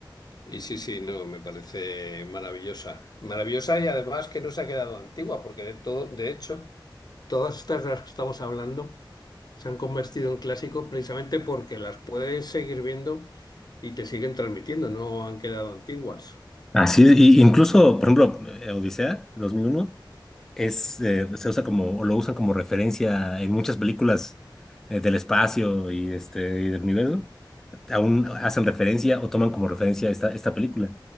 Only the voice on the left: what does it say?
y sí, sí, no, me parece maravillosa. Maravillosa y además que no se ha quedado antigua, porque de todo, de hecho... Todas estas de las que estamos hablando se han convertido en clásicos precisamente porque las puedes seguir viendo y te siguen transmitiendo, no han quedado antiguas.